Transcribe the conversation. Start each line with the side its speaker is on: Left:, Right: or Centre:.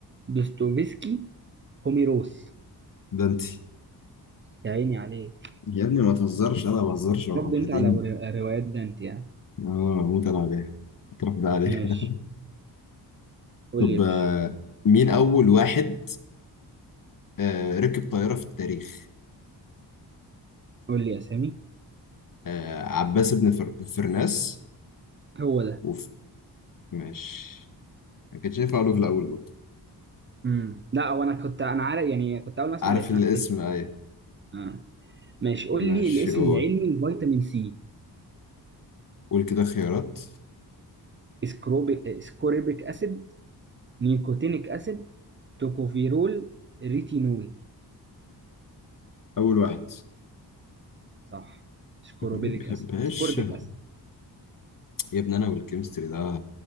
Right: دوستويفسكي هوميروس
Left: ده انت
Right: يا عيني عليك
Left: يا ابني ما تهزرش انا ما بهزرش مع
Right: برضه
Left: الملحدين
Right: انت على ر- روايات دانتي يعني
Left: اه موت انا عليه اتربى عليه
Right: ماشي
Left: <laughs>
Right: قول
Left: طب
Right: لي يا باشا
Left: آه، مين اول واحد آه، ركب طيارة في التاريخ
Right: قول لي اسامي
Left: آه عباس بن فر... فرناس
Right: هو ده
Left: وف... ماشي ما كانش ينفع اقوله في الاول برضه
Right: مم. لا هو انا كنت انا عارف يعني كنت اول ما اسمع
Left: عارف
Right: الاسم
Left: الاسم
Right: هفتكر
Left: ايوه
Right: آه. ماشي قول
Left: طب ماشي
Right: لي الاسم
Left: قول
Right: العلمي لفيتامين سي
Left: قول كده خيارات
Right: اسكروبيك اسكوربيك اسيد نيكوتينيك اسيد توكوفيرول ريتينول
Left: اول واحد
Right: صح اسكوربيك
Left: <laughs>
Right: اسيد
Left: يا باشا
Right: اسكوربيك اسيد
Left: يا ابني انا والكيمستري ده